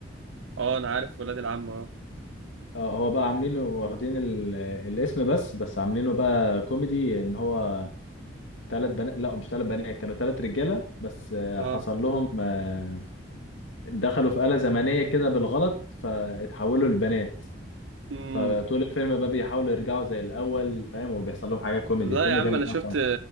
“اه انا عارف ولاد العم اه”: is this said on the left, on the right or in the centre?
Right